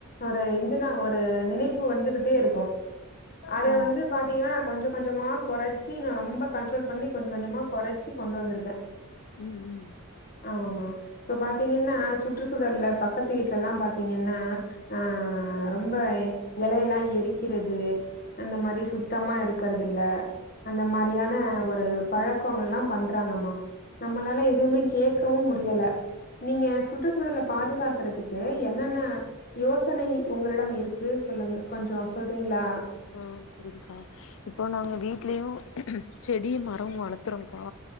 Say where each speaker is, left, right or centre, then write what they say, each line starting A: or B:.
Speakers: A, on the left (about 40°); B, on the left (about 60°).
A: ஒரு து நா ஒரு நினைப்பு வந்துகிட்டே இருக்கு அத
B: ம்
A: வந்து பாத்தீங்கன்னா நா கொஞ்ச கொஞ்சமா கொறச் டீ நா ரொம்ப கண்ட்ரோல் பண்ணி கொஞ்ச கொஞ்சமா கொறச்சு கொண்டு வந்துருக்க
B: ம் ம்
A: ஆமா இப்ப பாத்தீங்கன்னா சுற்றுச்சூழல்ல பக்கத்து வீட்லல்ல பாத்தீங்கன்னா அ ரொம்ப எழயெல்லா எரிக்கிறது அந்த மாரி சுத்தமா இருக் இருக்கறதுல அந்த மாரியான ஒரு பழக்கோங்கல்லா பண்றாங்கம்மா நம்மளால எதுமே கேக்கவு முடியல நீங்க சுற்றுச்சூழல பாதுகாக்கறதுக்கு என்னென்ன யோசனை உங்களிடம் இருக்கு சொல்லுங்க கொஞ்சோ சொல்றீங்களா
B: ஆ சரிங்கா இப்போ நாங்க வீட்லயு செடி மரோம் வளத்துறோங்க்கா